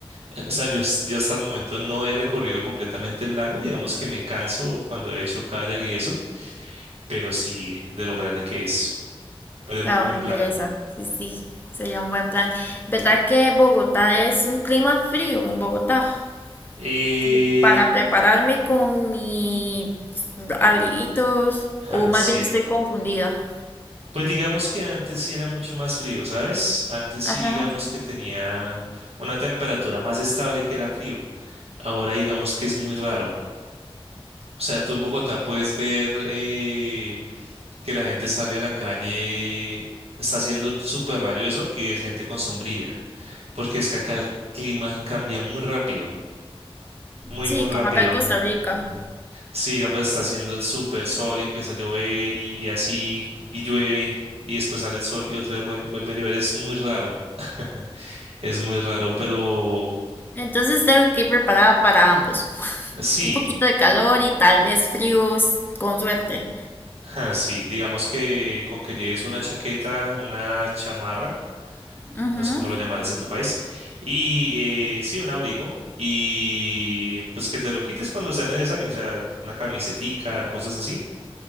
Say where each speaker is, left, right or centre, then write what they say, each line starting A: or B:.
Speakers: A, on the right; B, on the left.
A: eh, o sea, yo, s- yo hasta el momento no he recorrido completamente el lago, digamos que me canso cuando he hecho kayak y eso, pero sí de lo grande que es, pero es muy
B: Wow,
A: buen
B: me
A: plan.
B: interesa. Sí, sí, sería un buen plan. ¿Verdad que Bogotá es un clima frío en Bogotá?
A: Eh,
B: Como para prepararme con mis abriguitos,
A: <laughs>
B: o más
A: sí.
B: bien estoy confundida.
A: Pues digamos que antes sí era mucho más frío, ¿sabes? Antes sí
B: Ajá.
A: digamos que tenía una temperatura más estable que era frío. Ahora digamos que es muy raro. O sea, tú en Bogotá puedes ver eh, que la gente sale a la calle, está haciendo el super rayo de sol y ves gente con sombrilla. Porque es que acá el clima cambia muy rápido, muy,
B: Sí,
A: muy rápido.
B: como acá en Costa Rica.
A: Sí, digamos, está haciendo el super sol y empieza a llover y así, y llueve, y después sale el sol y otra vez vuel- vuelve a llover. Es muy raro. <laughs> Es muy raro, pero
B: Entonces tengo que ir preparada para ambos. <laughs>
A: sí,
B: Un poquito de calor y tal vez frío con suerte.
A: <laughs> sí. Digamos que con que lleves una chaqueta, una chamarra,
B: Ujú.
A: no sé cómo lo llamarás en tu país, y eh, sí, un abrigo, y pues que te lo quites cuando sea necesario, o sea, una camisetica, cosas así,